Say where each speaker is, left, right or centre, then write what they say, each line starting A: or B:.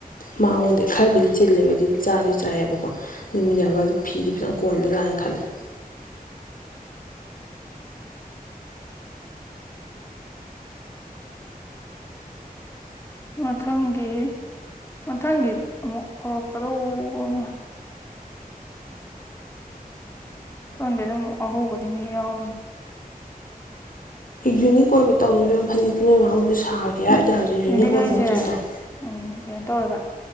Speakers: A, on the left; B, on the left.
A: ꯃꯉꯣꯟꯗ ꯈꯔꯕꯨꯗꯤ ꯆꯤꯜꯂꯦꯕ ꯑꯗꯨꯗꯤ ꯆꯥꯗꯤ ꯆꯥꯏꯌꯦꯕꯀꯣ ꯅꯨꯃꯤꯠꯟꯅꯕꯗ ꯐꯤꯗꯤ ꯐꯖꯅ ꯀꯣꯟꯕꯖꯥꯅ ꯈꯜꯂꯦ <unintelligible> <inaudible>
B: ꯃꯊꯪꯒꯤ ꯃꯊꯪꯒꯤ ꯑꯃꯨꯛ ꯍꯧꯔꯛꯀꯗ ꯑꯃ ꯀꯗꯗ ꯍꯒꯗꯤ ꯌꯥꯎ
A: ꯌꯨꯅꯤꯛ ꯑꯣꯏꯕ ꯇꯧꯔꯤꯕ ꯐꯅꯦꯛꯛꯇ ꯅꯣꯏ ꯃꯃꯥꯡꯕꯨꯗꯤ ꯁꯥꯦ ꯌꯥꯏꯗꯁꯨ ꯌꯨꯅꯤ
B: ꯌꯨꯅꯤꯛ
A: ꯀꯣꯏ
B: ꯍꯥꯏꯁꯦ
A: ꯃꯆꯨ ꯇꯧ
B: ꯎꯝ ꯀꯩꯅꯣ ꯇꯧꯋꯦꯕ